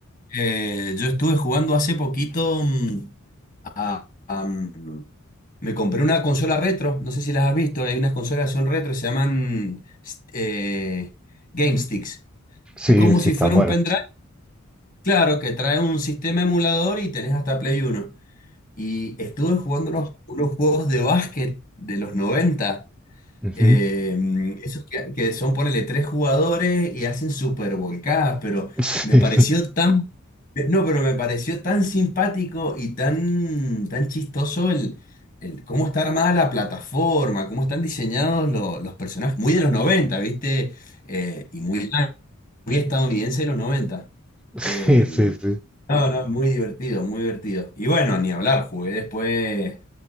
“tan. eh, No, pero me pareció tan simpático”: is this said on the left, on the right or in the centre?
Left